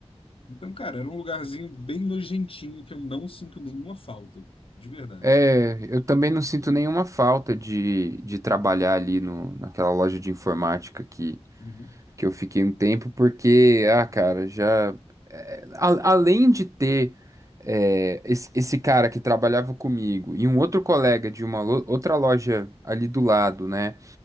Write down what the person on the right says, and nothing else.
É, eu também não sinto nenhuma falta de, de trabalhar ali no, naquela loja de informática que,
que eu fiquei um tempo, porque, ah, cara, já. é, a- além de ter é, esse, esse cara que trabalhava comigo e um outro colega de uma lo- outra loja ali do lado, né?